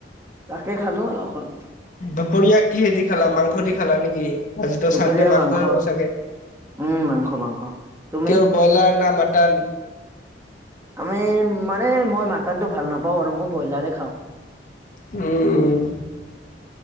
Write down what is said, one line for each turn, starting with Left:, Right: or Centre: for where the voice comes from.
Right: তাকে খালো আৰু অকণ।
Left: দুপৰীয়া কিহেদি খালা মাংস দি খালা নেকি আজিতো
Right: দুপৰীয়া
Left: চান্দে মাংসই
Right: মাংস
Left: হ'ব চাগে।
Right: উম মাংস মাংস তুমি
Left: তেওঁৰ ব্ৰইলাৰ না মাটন
Right: আমি মানে মই মাটনটো ভাল নাপাওঁ আৰু মই ব্ৰইলাৰে খাওঁ।
Left: উম উম